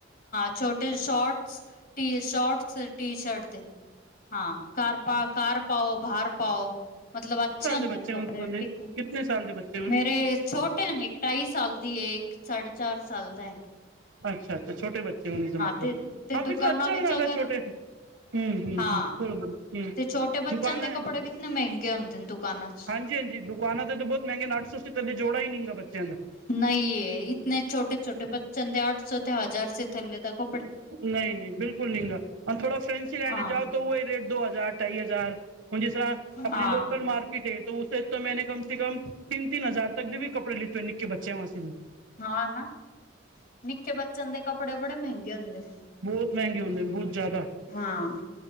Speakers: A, on the left; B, on the right.
A: ਛੋਟੇ shorts, T shorts T shirt ਤੇ, ਹਾਂ, ਘਰ ਪਾ, ਘਰ ਪਾਓ, ਬਾਹਰ ਪਾਓ। ਮਤਲਬ ਅੱਛੇ ਹੁੰਦੇਨ
B: ਦੇ ਬੱਚੇ
A: ਕੱਪੜੇ,
B: ਹੁਣ ਤੁਸਾਂ ਦੇ?
A: ਟਿਕ
B: ਕਿਤਨੇ ਸਾਲ ਦੇ ਬੱਚੇ ਹੁਣ?
A: ਮੇਰੇ ਛੋਟੇ ਨ ਇਕ ਢਾਈ ਸਾਲ ਦੀ ਏ, ਇਕ ਸਾਢੇ ਚਾਰ ਸਾਲ ਦਾ ਏ।
B: ਅਛਾ-ਅਛਾ ਛੋਟੇ ਬੱਚੇ ਇਸਦਾ ਮਤਲਬ,
A: ਤੇ ਤੇ
B: ਹਾਂ ਫਿਰ
A: ਦੁਕਾਨਾਂ
B: ਤਾਂ ਅਛਾ
A: ਵਿੱਚ
B: ਵੀ ਲਗਾ
A: ਅਗਰ
B: ਛੋਟੇ ਹੂੰ, ਹੂੰ,
A: ਹਾਂ
B: ਹੂੰ ਬੋਲ-ਬੋਲ ਹੂੰ,
A: ਤੇ ਛੋਟੇ ਬੱਚਿਆਂ
B: ਦੁਕਾਨ
A: ਦੇ ਕੱਪੜੇ ਕਿਤਨੇ ਮਹਿੰਗੇ ਹੁੰਦੇ ਨੇ ਦੁਕਾਨਾਂ ਚ
B: ਹਾਂਜੀ-ਹਾਂਜੀ, ਦੁਕਾਨਾ ਤੇ ਤਾਂ ਬਹੁਤ ਮਹਿੰਗੇ ਨ, ਅੱਠ ਸੌ ਸੇ ਥੱਲੇ ਜੋੜਾ ਈ ਨਹੀਂਗਾ ਬੱਚਿਆਂ ਦਾ।
A: ਨਹੀ ਏ। ਇਤਨੇ ਛੋਟੇ-ਛੋਟੇ ਬੱਚੇਆਂ ਨ ਦੇ ਅੱਠ ਸੋ ਤੇੇ ਹਜ਼ਾਰ ਥੱਲੇ ਤਕ
B: ਨਹੀ-ਨਹੀ, ਬਿਲਕੁਲ ਨਹੀ ਗਾ, ਹੁਨ ਥੋੜਾ ਫੈਂਸੀ ਲੈਣੇ
A: ਹਾਂ
B: ਜਾਓ ਤਾਂ ਉਹਹੀ ਰੇਟ ਦੋ-ਹਜ਼ਾਰ, ਢਾਈ-ਹਜ਼ਾਰ। ਜਿਸ ਤਰ੍ਹਾਂ ਆਪਣੀ
A: ਹਾਂ
B: ਲੋਕਲ ਮਾਰਕੀਟ ਏ, ਤੋ ਉਸੇ'ਚ ਤਾ ਮੈਨੇ ਕਮ ਸੇ ਕਮ ਤਿੰਨ-ਤਿੰਨ ਹਜ਼ਾਰ ਕਦੇ ਵੀ ਕੱਪੜੇ ਲਿੱਤੇ ਹੋਏ, ਨਿਕੇ ਬੱਚਿਆਂ ਵਾਸਤੇ ਵੀ।
A: ਹਾਂ, ਨਾ। ਨਿੱਕੇ ਬੱਚਿਆਂ ਦੇ ਕੱਪੜੇ ਬੜੇ ਮਹਿੰਗੇ ਹੁੰਦੇ।
B: ਬਹੁਤ ਮਹਿੰਗੇ ਹੁੰਦੇਨ, ਬਹੁਤ ਜਿਆਦਾ।
A: ਹਾਂ,